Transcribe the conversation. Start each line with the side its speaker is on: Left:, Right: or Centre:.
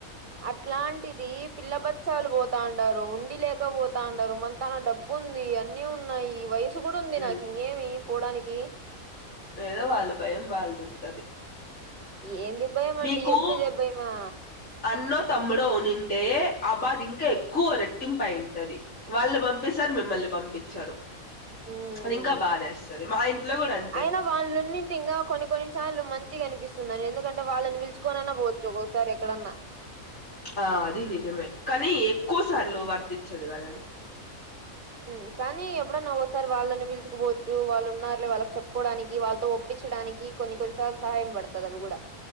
Right: అట్లాంటిది పిల్ల బచ్చాలు పోతాండారు ఉండి లేక పోతాండారు మ తన డబ్బు ఉంది అన్నీ ఉన్నాయి వయసు కూడా ఉంది
Left: ఉమ్
Right: నాకు ఇంగేమి పోడానికి
Left: లేదా వాళ్ళ భయం వాళ్ళది ఉంటది
Right: ఏంది భయం అండి
Left: మీకు
Right: ఎబ్బుడు ఇదే భయమా
Left: అన్నో తమ్ముడో ఉనింటె ఆబాద ఇంకా ఎక్కువ రెట్టింపు అయింటది వాళ్ళు పంపిస్తారు మిమ్మల్ని పంపించారు
Right: ఉమ్
Left: అది ఇంక బాధేస్తది మా ఇంట్లో కూడ అం
Right: అయినా వాళ్ళు ఉన్నింటే ఇంకా కొన్ని కొన్నిసార్లు మంచిగ అనిపిస్తుంది ఎందుకంటే వాళ్ళని పిలుచుకోనన్న పోత్ ఒగోగసారి ఎక్కడన్న
Left: ఆ అది నిజమే కానీ ఎక్కువ
Right: ఉమ్
Left: సార్లు వర్తిచ్చదు కదా అది
Right: ఉ కానీ ఎప్పుడన్న ఒగోసారి వాళ్ళని పిలుచుకోపోవచ్చు వాళ్ళు ఉన్నారులే వాళ్ళకి చెప్పుకోవడానికి వాళ్ళతో ఇప్పించడానికి కొన్ని కొన్నిసార్లు సహాయం పడుతది అది కూడ